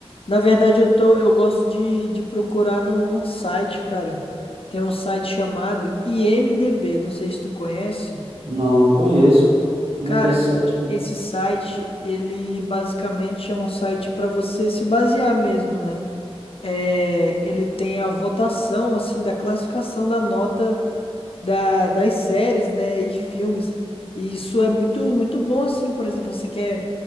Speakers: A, on the left; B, on the right.
A: Na verdade, eu tô, eu gosto de, de procurar no, num site, cara. Tem um site chamado IMDb, não sei se tu conhece.
B: Não, não conheço. Como
A: Cara,
B: é que é esse site?
A: esse site, ele basicamente é um site pra você se basear mesmo, né? É, ele tem a votação, assim, da classificação da nota da, das séries, né, e filmes. E isso é muito, muito bom, assim, por exemplo, você quer